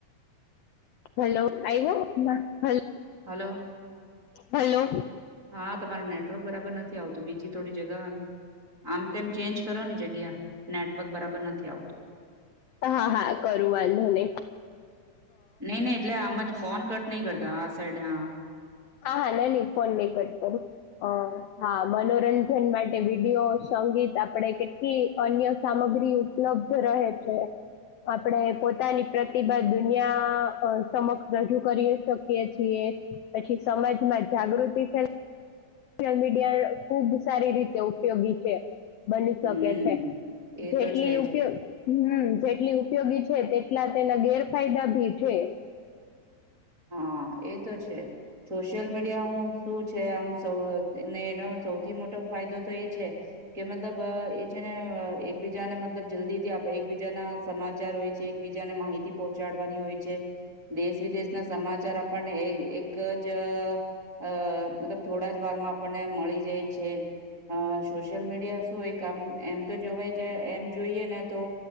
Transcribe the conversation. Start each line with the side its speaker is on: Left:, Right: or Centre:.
Left: હલો આય્વો ના હઈ
Right: હલો
Left: હલો
Right: હા તમાર નેટવર્ક બરાબર નથી આવતું બીજી થોડી જગા આમ આમ તોમ ચેન્જ કરો ની જગ્યા નેટવર્ક બરાબર નથી આવતું
Left: હા હા કરું વાંધો નહી
Right: નહી નહી એટલે આમ જ ફોન કટ નહી કરતા આ સાઈડ હા
Left: હા હા ના ન પને કટર હા મનોરં જન માટે વિડીયો સંગીત આપડ કેટલી અન્ય સામગ્રી ઉપલબ્ધ રહે છે આપણે પોતાની પ્રતિભા દુનિયા સમક્ષ રજૂ કરી શકીએ છીએ પછી સમાજમાં જાગૃતિ છેને સોશયલ મીડિયા ખુબ સારી રીતે ઉપયોગી છે બની
Right: હમ્મ.
Left: શકે છે
Right: એ
Left: જેટલી
Right: તો છે જ.
Left: ઉપયો હમ્મ જેટલી ઉપયોગી છે તે એટલા તેના ગેરફાયદા ભી છે
Right: હા એ તો છે સોશિયલ મીડિયા હું શું છે આમ એનો સૌથી મોટો ફાયદો તો એ છે કે મતલબ એ છે ને એકબીજાને મતલબ જલ્દી થી એકબીજાના સમાચાર હોય છે એકબીજાને માહિતી પહોંચાડવાની હોય છે દેશ વિદેશ ના સમાચાર આપ ણે એક જ અ મતલબ થોડા જ વાર માં આપણને મળી જાય છે અ સોશિયલ મીડિયા શું એક આમ એમ તો જોવાઈ જાય એમ જોઈએ ને તો